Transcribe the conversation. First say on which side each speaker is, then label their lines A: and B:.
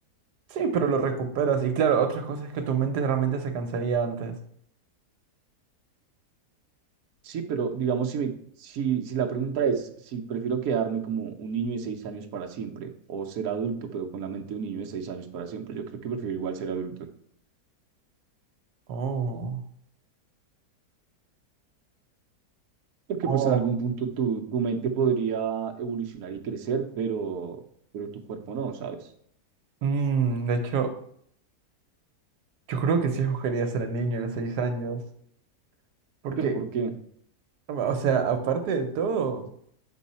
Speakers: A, on the right; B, on the right.
A: sí, pero lo recuperas. Y claro, otra cosa es que tu mente realmente se cansaría antes.
B: Sí, pero digamos, si, me, si, si la pregunta es si prefiero quedarme como un niño de seis años para siempre o ser adulto, pero con la mente de un niño de seis años para siempre, yo creo que prefiero igual ser adulto,
A: Oh.
B: porque
A: Oh.
B: pues en algún punto tu, tu mente podría evolucionar y crecer, pero, pero tu cuerpo no, ¿sabes?
A: Mm, de hecho, yo creo que sí escogería ser el niño de seis años. Porque,
B: Pero ¿por qué?
A: o sea, aparte de todo.